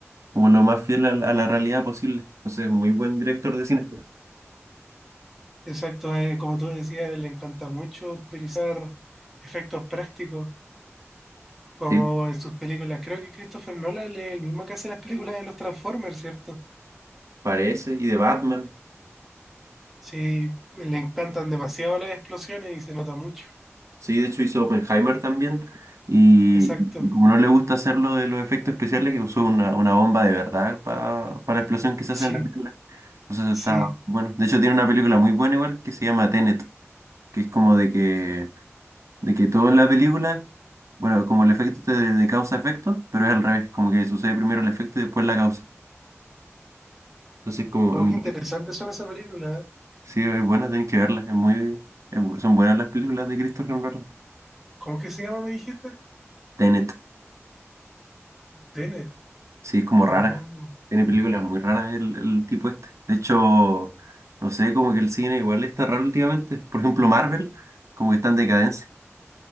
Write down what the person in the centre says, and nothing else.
Exacto, eh, como tú decías, le encanta mucho utilizar efectos prácticos, como
en sus películas. Creo que Christopher Nolan es el mismo que hace las películas de los Transformers, ¿cierto?
Sí, le encantan demasiado las explosiones y se nota mucho.
Exacto.
Sí,
sí.
Oh,
qué interesantes son esas películas. ¿eh?
¿Cómo que se llama, me dijiste?
Tenet.
Oh.